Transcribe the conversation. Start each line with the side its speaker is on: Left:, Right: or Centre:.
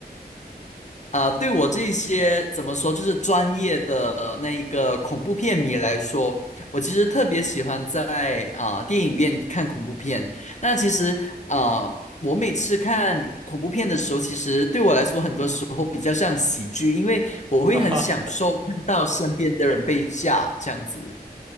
Left: 啊，对我这些怎么说，就是专业的呃那个恐怖片迷来说，我其实特别喜欢在啊、电影院看恐怖片。那其实啊、我每次看恐怖片的时候，其实对我来说，很多时候比较像喜剧，因为我会很享受看到身边的人被吓这样子。
Right: <laughs> 哈哈，